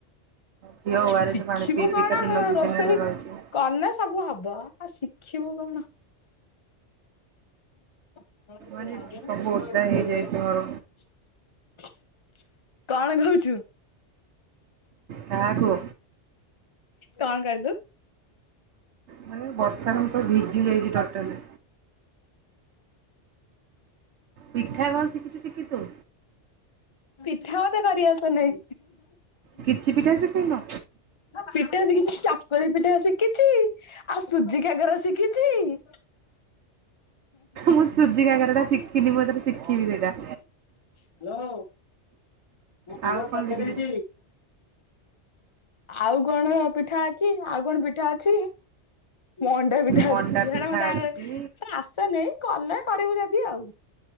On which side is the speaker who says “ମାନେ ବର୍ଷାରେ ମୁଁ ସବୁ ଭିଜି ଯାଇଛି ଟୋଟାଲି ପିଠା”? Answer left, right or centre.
Right